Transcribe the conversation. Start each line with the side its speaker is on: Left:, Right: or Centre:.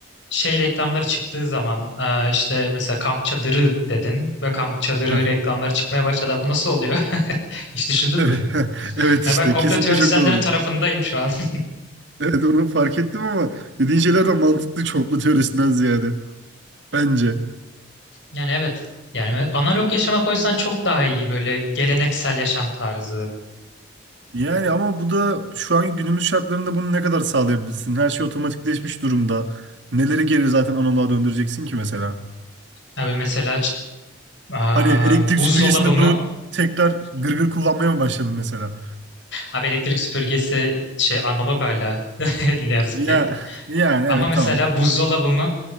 Left: şey reklamları çıktığı zaman e, işte mesela kamp çadırı dedin ve kamp çadırı
Right: Heh,
Left: reklamları çıkmaya başladı. Bu nasıl oluyor? <laughs> Hiç düşündün
Right: Evet,
Left: mü?
Right: <laughs> evet
Left: Yani
Right: işte
Left: ben komplo
Right: kesinlikle
Left: teorisyenlerin
Right: çok doğru.
Left: tarafındayım şu an. <laughs>
Right: Evet onu fark ettim ama dediğin şeyler de mantıklı çoğunluk teorisinden ziyade. Bence.
Left: Yani evet. Yani analog yaşamak o yüzden çok daha iyi böyle geleneksel yaşam tarzı.
Right: Yani ama bu da şu anki günümüz şartlarında bunu ne kadar sağlayabilirsin? Her şey otomatikleşmiş durumda. Neleri geri zaten analoğa döndüreceksin ki mesela?
Left: Abi mesela ç- aa,
Right: Hani elektrik
Left: buzdolabı
Right: süpürgesini
Left: mı?
Right: bırakıp tekrar gırgır kullanmaya mı başlayalım mesela?
Left: Abi elektrik süpürgesi şey analog hala <laughs> ne yazık
Right: Ya
Left: ki.
Right: yani
Left: Ama
Right: evet
Left: mesela
Right: tamam.
Left: buzdolabı mı?